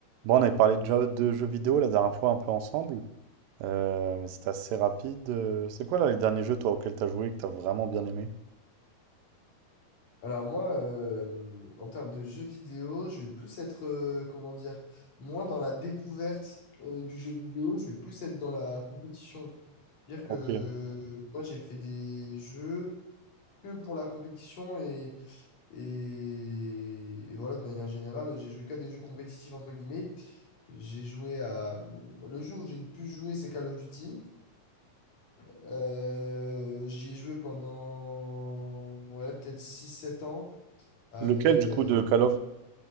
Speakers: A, on the right; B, on the left.
A: Bon, on avait parlé de, jeux de jeux vidéo la dernière fois un peu ensemble, euh, mais c'était assez rapide. Euh, C'est quoi là les derniers jeux toi auxquels t'as joué que t'as vraiment bien aimé?
B: Alors moi, euh, en termes de jeux vidéo, je vais plus être, euh, comment dire, moins dans la découverte euh, du jeu vidéo, je vais plus être dans la compétition. C'est-à-dire
A: Ok.
B: que euh, moi, j'ai fait des jeux que pour la compétition et, et, et voilà, de manière générale, j'ai joué qu'à des jeux compétitifs, entre guillemets. J'ai joué à... Le jeu où j'ai le plus joué, c'est Call of Duty. Euh, j'y ai joué pendant, ouais, peut-être six sept ans avec...
A: Lequel
B: euh,
A: du coup de Call of?